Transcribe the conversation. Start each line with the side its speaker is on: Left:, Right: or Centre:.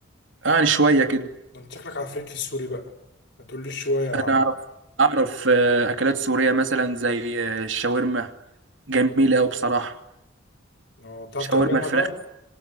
Right: يعني شوية كده
Left: ده انت شكلك عفريت في السوري بقى ما تقوليش شويه يا
Right: أنا
Left: عم
Right: أعرف أعرف آه، أكلات سورية مثلا زي آه، الشاورما جميلة أوي بصراحة
Left: اه بتعرف
Right: شاورما
Left: تعملها
Right: الفراخ
Left: بقى